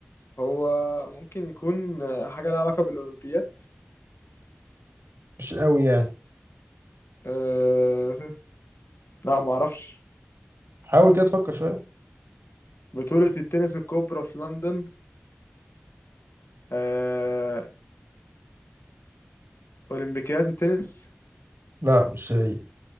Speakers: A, on the left; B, on the right.
A: هو ممكن يكون آه، حاجة لها علاقة بالأولمبياد
B: مش قوي يعني
A: أه... لا ما اعرفش
B: حاول كده تفكر شوية
A: بطولة التنس الكبرى في لندن أه... اولمبيكيات التنس
B: لا مش هي